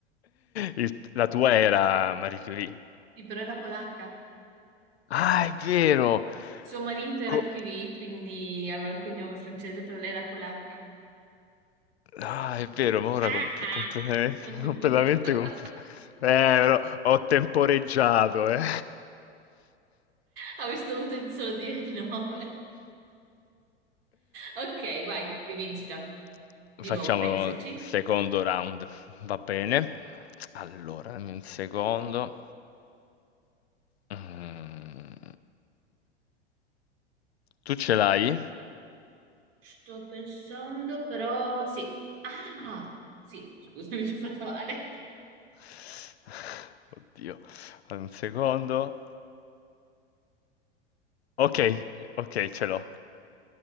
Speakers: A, on the left (about 65°); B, on the right (about 55°).
A: Il t- la tua era Marie Curie.
B: Sì, però era polacca.
A: Ah, è vero!
B: Suo marito era
A: Co-
B: Curie, quindi aveva il cognome francese, però lei era polacca.
A: Ah, è vero, ma ora
B: Ah,
A: com-
B: ah!
A: completamente,
B: <laughs>
A: <laughs> completamente confuso. Eh, però ho temporeggiato, eh.
B: Avresti dovuto solo dire il nome. Ok, vai, rivincita.
A: <laughs>
B: Di
A: Facciamo
B: nuovo, pensaci.
A: il secondo round, va bene? Allora, dammi un secondo. Mm. Tu ce l'hai?
B: Sto pensando, però sì. Ah, sì, scusami, <laughs> ci ho fatto male.
A: <laughs> Oddio, un secondo. Ok, ok, ce l'ho.